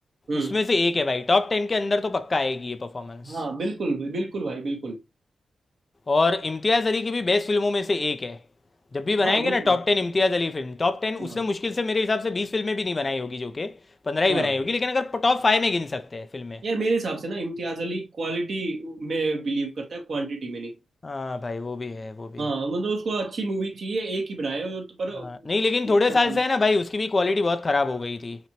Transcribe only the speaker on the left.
उसमें से एक है भाई टॉप टेन के अंदर तो पक्का आएगी ये परफॉर्मेंस
और इम्तियाज़ अली की भी बेस्ट फिल्मों में से एक है जब भी बनाएंगे
ना
टॉप
टेन इम्तियाज़ अली फिल्म टॉप टेन
उसने मुश्किल से मेरे हिसाब से बीस फिल्में भी नहीं बनाई होगी जो कि पंद्रह ही
बनाई होगी लेकिन अगर टॉप फाइव में गिन सकते हैं फिल्में
हाँ भाई वो भी है वो भी
है
हाँ, नहीं लेकिन थोड़े साल
से है ना भाई उसकी भी क्वालिटी बहुत खराब हो गई थी